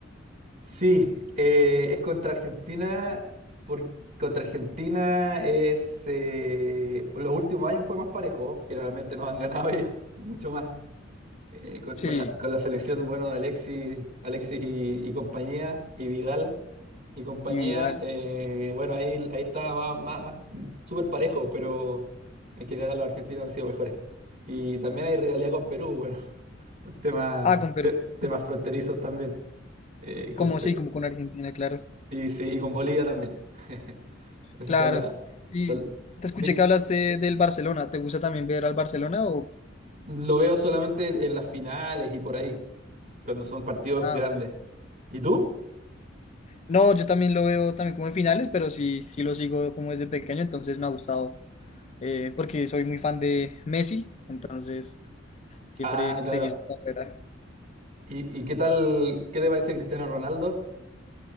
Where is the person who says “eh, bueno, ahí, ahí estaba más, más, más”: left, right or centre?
Right